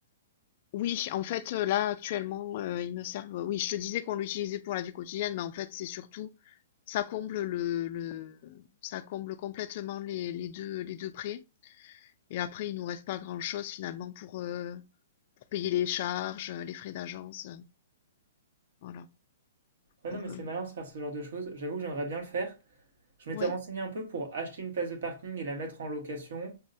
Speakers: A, on the left; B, on the right.
A: Oui, en fait, heu, là, actuellement, heu, ils me servent oui, je te disais qu'on l'utilisait pour la vie quotidienne, mais en fait, c'est surtout ça comble le le ça comble complètement les les 2 les 2 prêts et après, il nous reste pas grand-chose finalement pour, heu, pour payer les charges, heu, les frais d'agence, heu, voilà.
B: Ouais, non,
A: Donc,
B: mais c'est
A: heu,
B: malin de se faire ce genre de choses. J'avoue que j'aimerais bien le faire. Je m'étais
A: ouais,
B: renseigné un peu pour acheter une place de parking et la mettre en location,